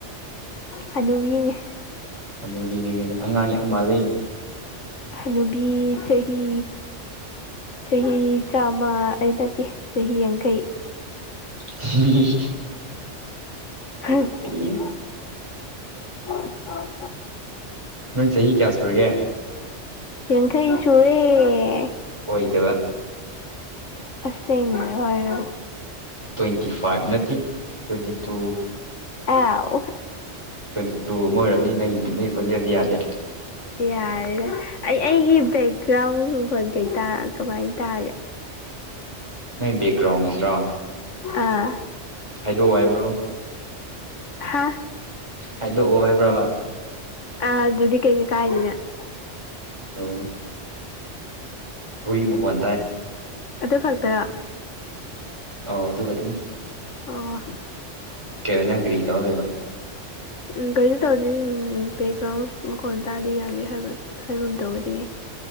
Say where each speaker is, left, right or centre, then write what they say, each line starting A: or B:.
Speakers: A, on the left; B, on the right.
A: ꯍꯅꯨꯕꯤꯅ‌ꯦ
B: ꯍꯅꯨꯕꯤꯅꯤꯒꯥꯏꯅ ꯑꯉꯥꯡ ꯌꯥꯝ ꯃꯥꯜꯂꯦ
A: ꯍꯅꯨꯕꯤ ꯆꯍꯤ ꯆꯍꯤ ꯆꯥꯝꯃ ꯑꯩ ꯅꯠꯇꯦ ꯆꯍꯤ ꯌꯥꯡꯈꯩ
B: <unintelligible>
A: <inaudible>
B: ꯑꯩ
A: <unintelligible>
B: ꯅꯪ ꯆꯍꯤ ꯀꯌꯥ ꯁꯨꯔꯒꯦ
A: ꯌꯥꯡꯈꯩ ꯁꯨꯔ‌ꯦ
B: ꯑꯣꯏꯗꯕ
A: ꯑꯁ‌ꯦꯡꯕ ꯍꯥꯏꯔꯒ
B: ꯇ꯭ꯋꯦꯟꯇꯤ ꯐꯥ꯭ꯏꯞ ꯅꯠꯇꯦ ꯇ꯭ꯋꯦꯟꯇꯤ ꯇꯨ
A: ꯑꯥꯎ
B: ꯇ꯭ꯋꯦꯟꯇꯤ ꯇꯨ ꯒꯨꯝꯕ ꯑꯣꯏꯔꯝꯅꯤ ꯅꯪꯒꯤ-ꯅꯪꯒꯤ ꯈꯣꯟꯖꯦꯜꯁꯦ ꯌꯥꯗꯦ
A: ꯌꯥꯔꯦꯗ ꯑꯩ-ꯑꯩꯒꯤ ꯕꯦꯛꯒ꯭ꯔꯥꯎꯟ ꯃꯈꯣꯟ ꯀꯩꯇ ꯀꯃꯥꯏꯅ ꯇꯥꯒꯦ
B: ꯅꯪꯒꯤ ꯕꯦꯛꯒ꯭ꯔꯥꯎꯟꯒꯤꯁꯤꯔ‌ꯣ
A: ꯑꯥ
B: ꯍꯥꯏꯗꯣꯛꯑꯣ ꯍꯥꯏꯕ꯭ꯔꯣ
A: ꯍꯥ
B: ꯍꯥꯏꯗꯣꯛꯑꯣ ꯍꯥꯏꯕ꯭ꯔꯕꯥ
A: ꯑꯥ ꯑꯗꯨꯗꯤ ꯀꯩꯁꯨꯩ <unintelligible>
B: ꯑꯣ ꯍꯨꯏ ꯃꯈꯣꯟ ꯇꯥꯏ
A: ꯑꯗꯨ ꯈꯛꯇꯔ‌ꯣ
B: ꯑꯥꯎ ꯑꯗꯨꯈꯛꯇꯅꯤ
A: ꯑꯣ
B: ꯀꯩꯅ‌ꯣ ꯅꯪ ꯀꯔꯤ ꯇꯧꯔ ꯂꯩꯕ
A: ꯎꯝ ꯀꯩꯁꯨ ꯇꯧꯗꯦ ꯎꯝ ꯕꯦꯛꯒ꯭ꯔꯥꯎꯟ ꯃꯈꯣꯟ ꯇꯥꯗ‌ꯦ ꯌꯥꯅꯤ ꯍꯥꯏꯕ ꯍꯥꯏꯒꯨꯝ ꯇꯧꯕ‌ꯑꯗꯨꯒꯤ